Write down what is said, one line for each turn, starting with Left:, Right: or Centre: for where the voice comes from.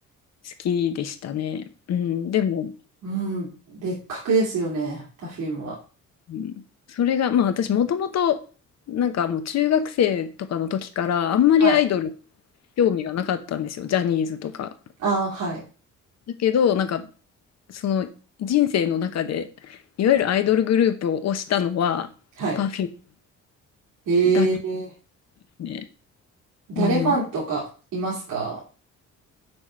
Left: きでしたね。うん、でも、
Right: うん。別格ですよね、パフュームは。
Left: うん、それが、まあ私もともと、なんかもう中学生とかの時から、あんまりアイドル
Right: はい。
Left: 興味がなかったんですよ、ジャニーズとか。
Right: ああ、はい。
Left: だけど、なんか、その人生の中で、いわゆるアイドルグループを推したのは、
Right: はい。
Left: パフュー
Right: へえ。
Left: ムだけですね。
Right: 誰ファンとかいますか
Left: うん。